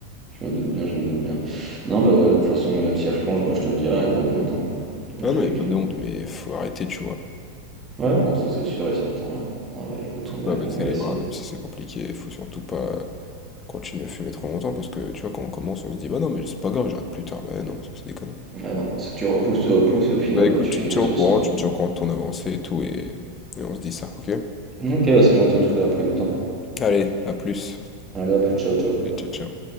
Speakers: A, on the right; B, on the left.
A: Je me doute bien, je me doute bien. Non, bah ouais, de toute façon, même si elle replonge, bah, je te le dirai, il a pas de honte, hein, dans
B: Ah
A: tous
B: non,
A: les
B: y a pas
A: cas.
B: de honte, mais faut arrêter, tu vois.
A: Ouais, non, ça c'est sûr et certain. ouais. Ah bah écoute,
B: Faut
A: on
B: pas
A: va,
B: baisser
A: on va
B: les
A: essayer.
B: bras, même si c'est compliqué. Faut surtout pas continuer à fumer trop longtemps, parce que, tu vois, quand on commence, on se dit, bah non, mais c'est pas grave, j'arrête plus tard. Bah non, ça c'est des conneries.
A: Ah non, si tu repousses, tu repousses, et au final,
B: Bah écoute,
A: bah, tu
B: tu
A: finis
B: me tiens
A: à 60.
B: au courant, tu me tiens au courant de ton avancée et tout, et, et on se dit ça, ok?
A: Ok, bah c'est gentil en tout cas d'avoir pris du temps.
B: Allez, à plus.
A: Allez, à plus, ciao, ciao.
B: Et ciao, ciao.